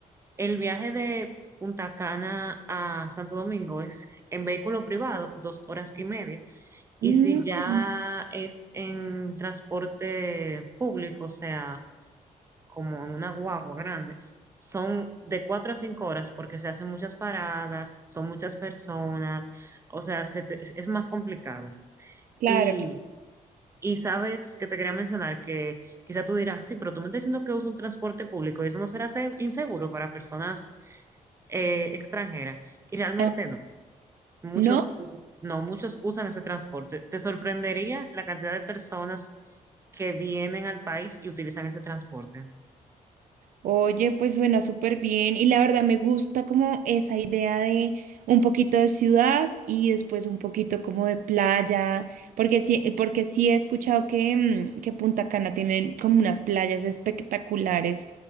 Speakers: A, on the right (about 20°); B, on the right (about 70°).
A: El viaje de Punta Cana a Santo Domingo es en vehículo privado, dos horas y media. Y
B: Mm,
A: si ya es en transporte público, o sea, como en una guagua grande, son de cuatro a cinco horas porque se hacen muchas paradas, son muchas personas, o sea, se te- es es más complicado.
B: Claro,
A: Y,
B: claro.
A: y sabes que te quería mencionar que quizá tú dirás, sí, pero tú me estás diciendo que uso un transporte público y eso no será se- inseguro para personas eh, extranjeras. Y realmente
B: Ah,
A: no. Muchos
B: No,
A: usan, no, muchos usan ese transporte. Te sorprendería la cantidad de personas que vienen al país y utilizan ese transporte.
B: Oye, pues suena súper bien y la verdad me gusta como esa idea de un poquito de ciudad y después un poquito como de playa, porque sí, eh, porque sí he escuchado que, mm, que Punta Cana tiene como unas playas espectaculares.